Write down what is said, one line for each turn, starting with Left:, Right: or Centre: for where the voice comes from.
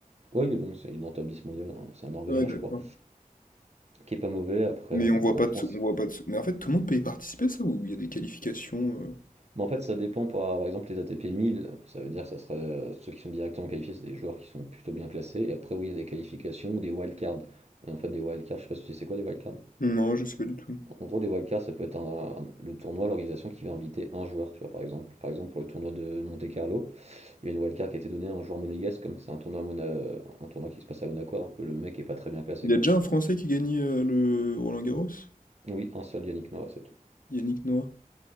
Right: Ouais, il est bon, c'est- il est dans le top 10 mondial, hein. c'est un Norvégien,
Left: Ouais, d'accord.
Right: je crois, qui est pas mauvais. Après,
Left: Mais
Right: en,
Left: on voit
Right: en
Left: pas
Right: France.
Left: de sous, on voit pas de sous. Mais en fait, tout le monde peut y participer, à ça, ou il y a des qualifications euh
Right: Mais en fait, ça dépend par, par exemple les ATP 1000, ça veut dire que ça serait euh, ceux qui sont directement qualifiés, c'est des joueurs qui sont plutôt bien classés. Et après, oui, il y a des qualifications ou des wildcards. Et En fait, des wildcards, je sais pas si tu sais c'est quoi des wildcards.
Left: Non, je sais pas du tout.
Right: En gros, des wildcards, ça peut être un, un- le tournoi, l'organisation qui va inviter un joueur, tu vois, par exemple. Par exemple, pour le tournoi de Monte-Carlo, il y a une wildcard qui a été donnée à un joueur monégasque, comme c'est un tournoi, à Mona- un tournoi qui se passe à Monaco, alors que le mec est pas très bien classé,
Left: Il y
Right: quoi.
Left: a déjà un Français qui gagne euh, le Roland-Garros?
Right: Oui, un seul Yannick Noah, c'est tout.
Left: Yannick Noah.